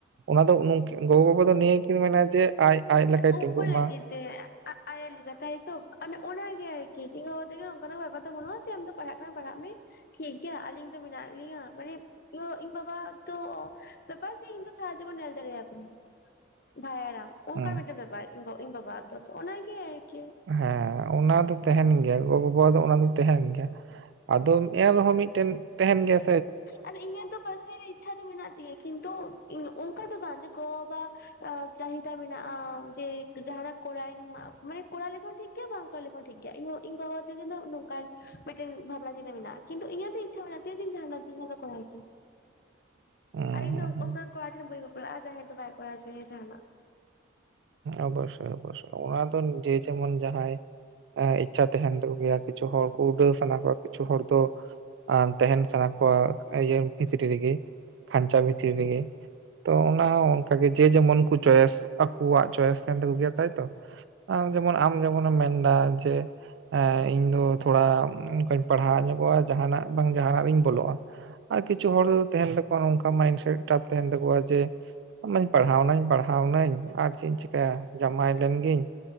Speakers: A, on the right (about 60°); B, on the left (about 45°).
A: ᱚᱱᱟ ᱫᱚ ᱱᱩᱝ ᱜᱚᱜᱚ ᱵᱟᱵᱟ ᱫᱚ ᱱᱤᱭᱟᱹ ᱜᱮᱠᱤᱱ ᱢᱮᱱᱟ ᱡᱮ ᱟᱡ ᱟᱡ ᱞᱮᱠᱟᱭ
B: ᱩᱝᱠᱩ
A: ᱛᱤᱸᱜᱩᱜ
B: ᱞᱟᱹᱜᱤᱫ
A: ᱢᱟ
B: ᱛᱮ ᱟ ᱟᱭ ᱞᱮᱠᱟ ᱛᱟᱭ ᱛᱚ ᱚᱱᱟᱜᱮ ᱟᱨᱠᱤ ᱤᱧ ᱜᱚᱜᱚ ᱛᱟᱹᱠᱤᱱ ᱦᱚᱸ ᱚᱝᱠᱟ ᱱᱟᱜ ᱵᱮᱯᱟᱨ ᱫᱚ ᱵᱟᱹᱱᱩᱜ ᱟ ᱡᱮ ᱟᱢ ᱫᱚ ᱯᱟᱲᱦᱟᱜ ᱠᱟᱱᱟᱢ ᱯᱟᱲᱦᱟᱜ ᱢᱮ ᱴᱷᱤᱠ ᱜᱮᱭᱟ ᱟᱞᱤᱧ ᱫᱚ ᱢᱮᱱᱟᱜ ᱞᱤᱧᱟᱹ ᱢᱟᱱᱮ ᱤᱧ ᱵᱟᱵᱟ ᱛᱚ ᱵᱮᱯᱟᱨ ᱥᱮ ᱤᱧ ᱛᱚ ᱥᱟᱨᱟ ᱡᱤᱵᱟᱱ ᱧᱮᱞ ᱫᱟᱨᱮᱭᱟ ᱠᱤᱱᱤᱧ ᱵᱷᱟᱭᱟᱨᱟᱢ ᱚᱝᱠᱟ
A: ᱦᱩᱸ
B: ᱢᱮᱜᱴᱮᱱ ᱵᱮᱯᱟᱨ ᱤᱧ ᱜᱚ ᱤᱧ ᱵᱟᱵᱟ ᱟᱜ ᱫᱚ ᱛᱚ ᱚᱱᱟᱜᱮ ᱟᱨᱠᱤ
A: ᱦᱮᱸ ᱚᱱᱟ ᱫᱚ ᱛᱟᱦᱮᱱ ᱜᱮᱭᱟ, ᱜᱚ- ᱵᱟᱵᱟ ᱫᱚ ᱚᱱᱟ ᱫᱚ ᱛᱟᱦᱮᱱ ᱜᱮᱭᱟ᱾ ᱟᱫ ᱮᱱ ᱨᱮᱦᱚᱸ ᱢᱤᱫᱴᱮᱱ ᱛᱟᱦᱮᱱ ᱜᱮᱭᱟᱼᱼ
B: ᱟᱫᱚ ᱤᱧᱟᱹᱜ ᱫᱚ ᱯᱟᱥᱮ ᱨᱮ ᱤᱪᱪᱷᱟ ᱫᱚ ᱢᱮᱱᱟᱜ ᱛᱤᱧᱟᱹ ᱠᱤᱱᱛᱩ ᱚᱱᱠᱟ ᱫᱚ ᱵᱟᱝ ᱡᱮ ᱜᱚ ᱵᱟᱵᱟᱼᱼ ᱪᱟᱦᱤᱫᱟ ᱢᱮᱱᱟᱜᱼᱟ ᱡᱮ ᱡᱟᱦᱟ ᱱᱟᱜ ᱠᱚᱨᱧ, ᱢᱟᱱᱮ ᱠᱚᱨᱟᱣ ᱞᱮᱠᱷᱟᱱ ᱴᱷᱤᱠᱼᱼ ᱜᱮᱭᱟ ᱵᱟᱝ ᱠᱚᱨᱟᱣ ᱞᱮᱠᱷᱚᱱ ᱴᱷᱤᱠ ᱜᱮᱭᱟ, ᱤᱧ ᱵᱟᱵᱟ ᱛᱟᱞᱮ ᱫᱚ ᱱᱚᱝ ᱠᱟᱱᱼᱼ ᱢᱮᱴᱴᱮᱱ ᱵᱷᱵᱽᱱᱟ ᱪᱤᱱᱟᱹ ᱢᱮᱱᱟᱜᱼᱟ, ᱠᱤᱱᱛᱩ ᱤᱧᱟᱹᱜ ᱫᱚ ᱤᱪᱪᱷᱟ ᱢᱮᱱᱟᱜᱼᱟ ᱛᱤᱱᱟ ᱠᱚᱨᱟᱭ ᱟᱹᱠᱤᱱ᱾
A: ᱦᱩᱸ
B: ᱟᱨ ᱤᱧ
A: ᱦᱩᱸ
B: ᱫᱚ
A: ᱦᱩᱸ
B: ᱚᱱᱠᱟᱱ ᱠᱚᱲᱟ ᱴᱷᱮᱱ ᱵᱟᱹᱧ ᱵᱟᱯᱞᱟᱜᱼᱟ ᱡᱟᱦᱟᱸᱭ ᱫᱚ ᱵᱟᱭ ᱠᱚᱨᱟᱣ ᱦᱚᱪᱚᱭᱧᱭᱟ ᱡᱟᱦᱟᱸᱱᱟᱜ᱾
A: ᱚᱵᱚᱥᱳᱭ ᱚᱵᱚᱥᱳᱭ ᱚᱱᱟ ᱫᱚ ᱡᱮ ᱡᱮᱢᱚᱱ ᱡᱟᱦᱟᱸᱭ ᱤᱪᱪᱷᱟ ᱛᱟᱦᱮᱱ ᱛᱟᱠᱚ ᱜᱮᱭᱟ ᱠᱤᱪᱷᱩ ᱦᱚᱲ ᱠᱚ ᱩᱰᱟᱹᱣ ᱥᱟᱱᱟ ᱠᱚᱣᱟ, ᱠᱤᱪᱷᱩ ᱦᱚᱲ ᱫᱚ, ᱛᱟᱦᱮᱱ ᱥᱟᱱᱟ ᱠᱚᱣᱟ ᱤᱭᱟᱹ ᱵᱷᱤᱛᱨᱤ ᱨᱮᱜᱮ, ᱠᱷᱟᱧᱪᱟ ᱵᱷᱤᱛᱨᱤ ᱨᱮᱜᱮ᱾ ᱛᱚ ᱚᱱᱟ ᱦᱚᱸ ᱚᱱᱠᱟᱜᱮ ᱡᱮ ᱡᱮᱢᱚᱱ ᱠᱚ ᱪᱚᱭᱮᱥ ᱟᱠᱚᱣᱟᱜ ᱪᱚᱭᱮᱥ ᱛᱟᱦᱮᱱ ᱛᱟᱠᱚ ᱜᱮᱭᱟ ᱛᱟᱭᱛᱚ᱾ ᱡᱮᱢᱚᱱ ᱟᱢ ᱡᱮᱢᱚᱱᱮᱢ ᱢᱮᱱᱫᱟ ᱡᱮᱼᱼ ᱮᱸᱜ ᱤᱧ ᱫᱚ ᱛᱷᱚᱲᱟ ᱚᱱᱠᱟᱧ ᱯᱟᱲᱦᱟᱣ ᱧᱚᱜᱚᱜᱼᱟ ᱡᱟᱦᱟᱱᱟᱜ ᱵᱟᱝ ᱡᱟᱦᱟᱱᱟᱜ ᱨᱤᱧ ᱵᱚᱞᱚᱜᱼᱟᱼᱼ ᱟᱨ ᱠᱤᱪᱷᱩ ᱦᱚᱲ ᱫᱚ ᱛᱟᱦᱮᱱ ᱛᱟᱠᱚᱣᱟ ᱱᱚᱝᱠᱟ ᱢᱟᱭᱤᱱ ᱥᱮᱹᱴ ᱴᱟᱜ ᱛᱟᱦᱮᱱ ᱛᱟᱠᱚᱣᱟ ᱡᱮᱼᱼ ᱟᱧ ᱢᱟ ᱯᱟᱲᱦᱟᱣᱱᱟᱹᱧ ᱯᱟᱲᱦᱟᱣᱱᱟᱹᱧ ᱟᱨ ᱪᱮᱫ ᱤᱧ ᱪᱤᱠᱟᱹᱭᱟ, ᱡᱟᱶᱟᱭ ᱞᱮᱱ ᱜᱤᱧ᱾